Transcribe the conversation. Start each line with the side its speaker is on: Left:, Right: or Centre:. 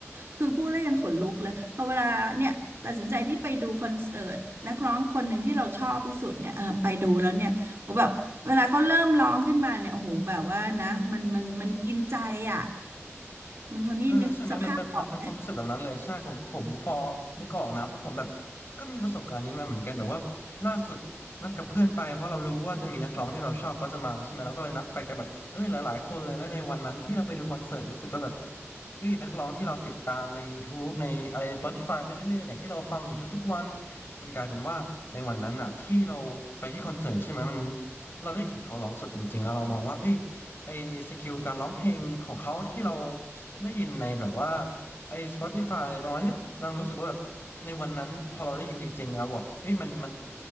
Right: คือพูดแล้วยังขนลุกเลยพอเวลาเนี่ยตัดสินใจที่ไปดูคอนเสิร์ตนักร้องคนหนึ่งที่เราชอบที่สุดเนี่ยเออไปดูแล้วเนี่ย โอ้แบบเวลาเขาเริ่มร้องขึ้นมาเนี่ยโอ้โหแบบว่านะมันมันมันกินใจอ่ะคุณโทนี่นึกสภาพออกไหม
Left: เออใช่ไหมมันแบบมันเป็นความรู้สึกแบบนั้นเลยใช่ผมผมพอนึกออกนะเพราะผมแบบก็มีประสบการณ์นี้มาเหมือนกันแบบว่าล่าสุดนัดกับเพื่อนไปเพราะเรารู้ว่าจะมีนักร้องที่เราชอบเขาจะมาใช่ไหมเราก็เลยนัดไปกันแบบเออหลายๆคนเลยและในวันนั้นที่เราไปดูคอนเสิร์ตรู้สึกว่าแบบเฮ้ยนักร้องที่เราติดตามในยูทูบในอะไร s p ติฟายไปเรื่อยๆเนี่ยที่เราฟังอยู่ทุกๆวันมันกลายเป็นว่าในวันนั้นอ่ะที่เราไปที่คอนเสิร์ตใช่ไหมมันเราได้เห็นเขาร้องสดจริงๆแล้วเรามองว่าเอ้ย ไอสกิลการร้องเพลงของเขาที่เราได้ยินในแบบว่าไอ Spotify อะไรประมาณเนี้ยเรารู้สึกว่าแบบในวันนั้นพอเราได้ยินจริงๆอะบอกเอ้ยมันมัน